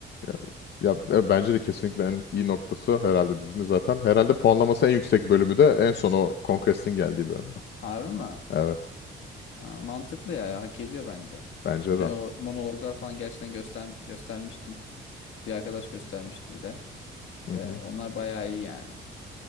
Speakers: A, on the left (about 60°); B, on the left (about 75°).
A: Ya, ya, e, bence de kesinlikle en iyi noktası herhalde dizinin zaten. Herhalde puanlaması en yüksek bölümü de en son o Conquest'in geldiği bölümde.
B: Harbi mi?
A: Evet
B: Aa, mantıklı ya, ya hak ediyor bence.
A: bence
B: Hani
A: de.
B: o monologlar falan gerçekten göster göstermiştin. Bir arkadaş göstermişti bir de.
A: Hı
B: Ee,
A: hı.
B: onlar bayağı iyi yani.